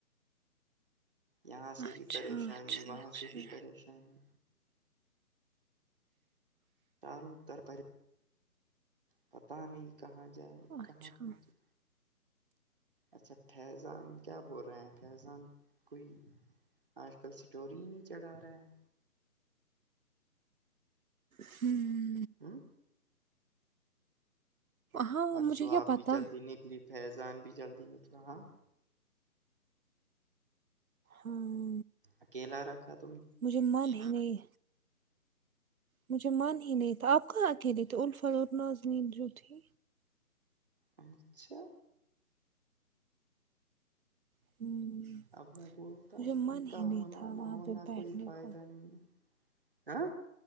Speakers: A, on the right; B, on the right.
A: یہاں سے
B: اچھا
A: بھی پریشانی
B: اچھا
A: وہاں
B: اچھا
A: سے بھی پریشانی تارو تر پری پتہ نہیں کہاں جائے
B: اچھا
A: کہاں پہنچے
B: ہوں
A: اچھا فیضان کیا بول رہے ہیں فیضان کوئی آج کل اسٹور ہی نہیں چڑھا رہا ہیں
B: ہوں
A: ہمم
B: ہاں
A: پرسوم
B: مجھے کیا
A: آپ
B: پتا
A: بھی جلدی نکلی فیضان بھی جلدی نکلا ہاں
B: ہاں
A: اکیلا رکھت
B: مجھے من ہی نہیں مجھے مان ہی نہیں تھا آپ کہاں اکیلے تھے اور ناظمین جو تھی
A: اچھا
B: <unintelligible>
A: اب میں بولتا
B: مجھے من
A: ان
B: ہی
A: کا
B: نہیں
A: ہونا
B: تھا وہاں
A: نہ ہونا
B: پہ بیٹھنے
A: کوئی فائدہ
B: کو
A: نہیں ہے